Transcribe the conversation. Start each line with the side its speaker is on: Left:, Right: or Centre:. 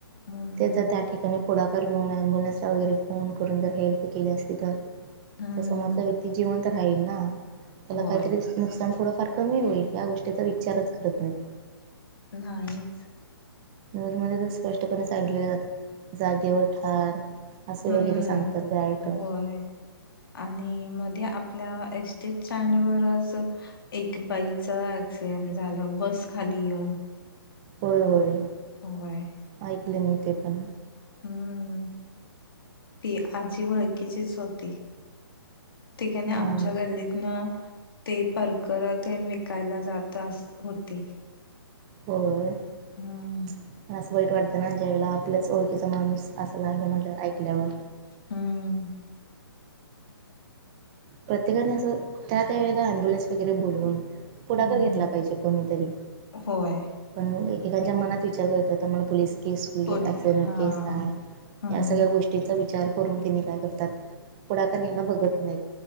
Left: हम्म
Right: ते जर त्या ठिकाणी पुढाकार घेऊन, अँबुलन्सला वगैरे फोन करून, जर हेल्प केले असती, तर.
Left: हम्म
Right: त्या समोरचा व्यक्ती जीवंत तर राहील ना. त्याला
Left: होय
Right: काहीतरी नुकसान थोडंफार कमी होईल. या गोष्टीचा, विचारच करत नाहीत.
Left: नाहीच.
Right: न्यूजमध्ये तर स्पष्टपणे सांगले जातात. जागेवर ठार असे
Left: हम्म
Right: वगैरे सांगतात. डायरेक्ट.
Left: होय. आणि मध्ये आपल्या एस टी चांडवरच एक बाईच ॲक्क्सिडेंट झालं. बस खाली येऊन.
Right: होय, होय.
Left: होय.
Right: ऐकले मी ते पण.
Left: हम्म. ती आजी वळखीचीच होती. ती काने आमच्या
Right: हां.
Left: गल्लीतन ते परकर तेन, विकायला जात अस होती.
Right: हो. <unintelligible>
Left: हम्म
Right: पण असं वाईट वाटतं ना. ज्यावेळेला आपलाच ओळखीच माणूस असं झालं म्हटल्यावर. ऐकल्यावर.
Left: हम्.
Right: प्रत्येकाने असं, त्या - त्या वेळेला अम्बुलन्स वगैरे बोलवून पुढाकार
Left: हम्म
Right: घेतला पाहिजे, कोणीतरी.
Left: होय
Right: पण एकेकांच्या मनात विचार <unintelligible> होता. मला पोलीस. केस होईल
Left: पोल
Right: ऍक्सिडेंट
Left: हा
Right: केस आहे
Left: हम्म
Right: या सगळ्या गोष्टी. गोष्टीचा विचार करून त्यांिने काय करतात, पुढाकार घ्यायला बघत नाहीत.